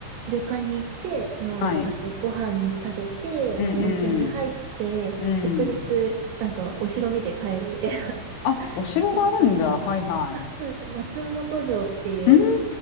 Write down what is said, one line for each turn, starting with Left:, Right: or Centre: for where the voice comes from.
Right: 旅館に行って、まあ、
Left: はい。
Right: あの、ご飯食べて、
Left: うん
Right: まあ、温泉に入って、
Left: うん。
Right: 翌日、
Left: うん。
Right: なんか、お城見て帰るみたいな、
Left: あ、お城があるんだ。
Right: <laughs> 本当に。
Left: はいはい。
Right: あ、そうです。松本城っていう、
Left: うん